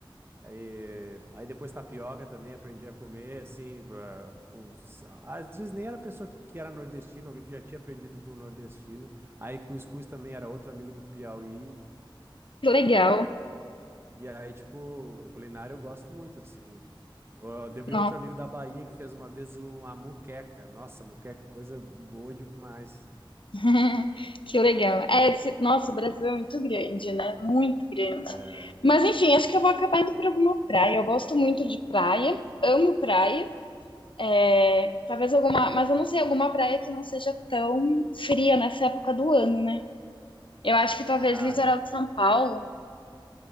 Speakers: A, on the right; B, on the left.
A: E, aí depois tapioca também aprendi a comer, assim, eh, com, s- às vezes nem era a pessoa que, que era nordestina, alguém que já tinha aprendido com o nordestino. Aí cuscuz também era outro amigo do Piauí.
B: que legal.
A: E aí, tipo, culinária eu gosto muito, assim. Ó, Teve
B: Nossa,
A: outro amigo da Bahia que fez uma vez uma muqueca. Nossa, muqueca, é coisa boa demais.
B: <laughs> que legal. É, esse- nossa, o Brasil é muito grande, né? Muito grande.
A: É.
B: Mas enfim, acho que eu vou acabar indo para alguma praia. Eu gosto muito de praia, amo praia. É, Talvez alguma, mas eu não sei, alguma praia que não seja tão fria nessa época do ano, né? Eu acho que talvez
A: Ah,
B: litoral de São Paulo.